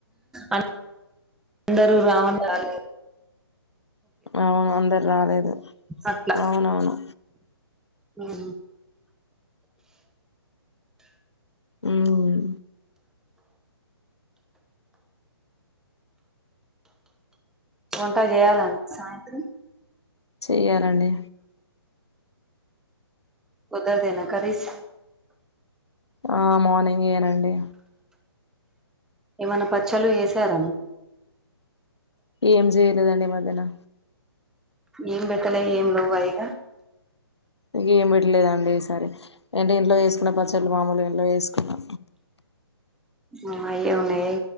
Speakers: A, in the centre; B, on the left.
A: అన్ అందరూ రావణ్లాలే
B: అవును అందరు రాలేదు
A: అట్ల
B: అవునవును
A: ఆ
B: మ్మ్
A: వంటా చేయాలం సాయంత్రం
B: చెయ్యాలండి
A: పొడనేద కర్రీస్
B: ఆ మార్నింగ్ ఏనండి
A: ఏమైనా పచ్చలు చేసారా అండి
B: ఏం చేయలేదండి ఈ మధ్యన
A: ఏం బట్టలే ఏం లోవు ఇక <inaudible>
B: ఇక ఏం పెట్టలేదండి ఈసారి అంటే ఇంట్లో చేసుకున్న పచ్చలు మాముూలు ఇంట్లో చేసుకున్నా
A: య అయి ఉనాయి